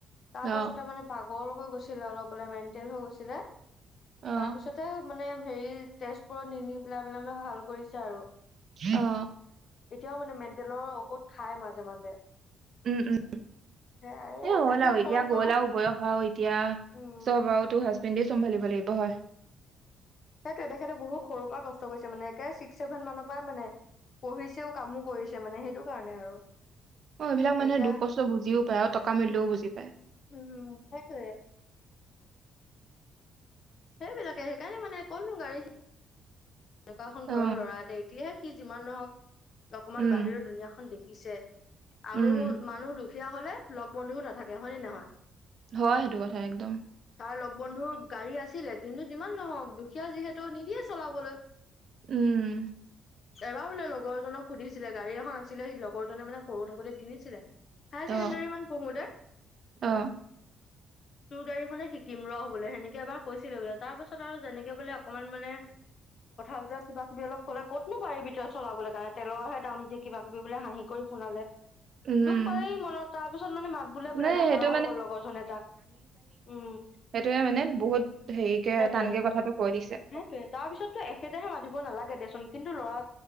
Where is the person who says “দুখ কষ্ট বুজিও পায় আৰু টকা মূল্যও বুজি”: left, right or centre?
Right